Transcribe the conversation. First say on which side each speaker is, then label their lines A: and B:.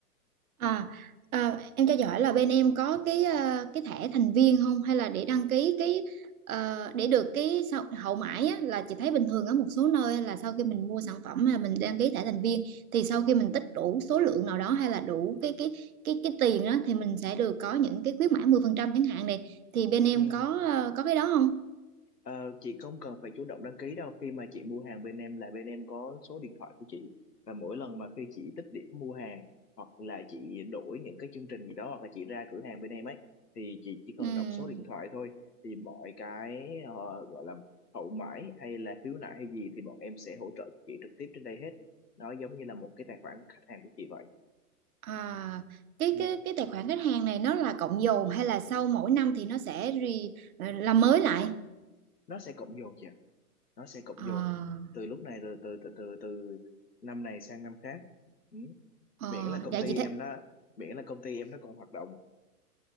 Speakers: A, on the right; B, on the left.
A: À, à, em cho giỏi là bên em có cái ờ, cái thẻ thành viên không hay là để đăng ký cái ờ, để được cái sau, hậu mãi á, là chị thấy bình thường ở một số nơi là sau khi mình mua sản phẩm mà mình đăng ký thẻ thành viên thì sau khi mình tích đủ số lượng nào đó hay là đủ cái cái cái cái tiền đó thì mình sẽ được có những cái khuyến mãi 10% chẳng hạn này thì bên em
B: ừ.
A: có ờ, có cái đó không?
B: Ờ, chị không cần phải chủ động đăng ký đâu khi mà chị mua hàng bên em là bên em có số điện thoại của chị và mỗi lần mà khi chị tích điểm mua hàng hoặc là chị đổi những cái chương trình gì đó hoặc là chị ra cửa hàng bên em ấy thì chị chỉ cần
A: Ừm,
B: đọc số điện thoại thôi thì mọi cái ờ, gọi là hậu mãi hay là khiếu nại hay gì thì bọn em sẽ hỗ trợ cho chị trực tiếp trên đây hết nó giống như là một cái tài khoản khách hàng của chị vậy
A: à, cái
B: ừ.
A: cái cái tài khoản khách hàng này nó là cộng dồn hay là sau mỗi năm thì nó sẽ re, ờ, làm mới lại?
B: nó sẽ cộng dồn chị nó sẽ cộng
A: À.
B: dồn từ lúc này rồi từ từ từ từ năm này sang năm khác ừ.
A: Ờ,
B: miễn là công
A: dạ
B: ty
A: chị thấy
B: em nó miễn là công ty em nó còn hoạt động